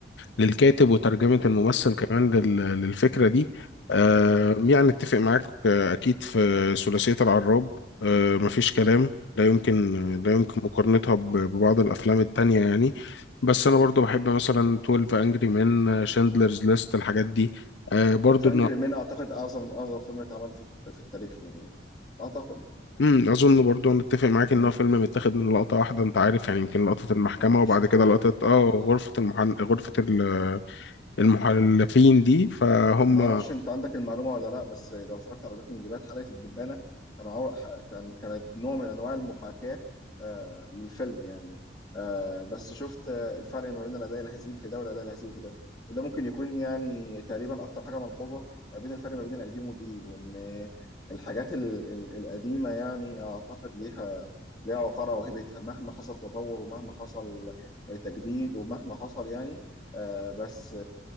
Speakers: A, on the left; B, on the left.
A: للكاتب وترجمة الممثل
B: م-
A: كمان لل- للفكرة دي آه،
B: م-
A: يعني اتفق معاك آه، أكيد في ثلاثية العراب آه، مفيش كلام
B: م-
A: لا يمكن لا يمكن
B: م-
A: مقارنتها ب- ببعض الأفلام التانية يعني بس أنا برضو
B: م.
A: بحب مثلا 12 أنجري مان شاندلرز ليست الحاجات دي آه، برضو
B: طب الف انجري مان اعتقد اعظم اعظم فيلم اتعمل في في التاريخ يعني اعتقد
A: امم اظن برضو انا اتفق معاك ان
B: م-
A: هو فيلم متاخد من لقطه واحده انت عارف يعني يمكن لقطه المحكمه
B: م.
A: وبعد
B: شوط
A: كده
B: واحد
A: لقطه اه غرفه المحن... غرفه ال- المحلفين دي فهم
B: ما اعرفش انت عندك المعلومه ولا لا بس لو اتفرجت على بريكنج باد حلقه الدبانه كانوا عور... ح- كان كانت نوع من انواع المحاكاه آه للفيلم يعني آه بس شفت آه الفرق ما بين الاداء الهزيل في ده والاداء الهزيل في ده وده ممكن يكون يعني تقريبا اكتر حاجه ملحوظه ما بين الفرق ما بين القديم والجديد وان آه، الحاجات ال... ال... القديمه يعني اعتقد ليها ليها وقارها وهيبتها مهما حصل تطور ومهما حصل آه، تجديد ومهما حصل يعني آه بس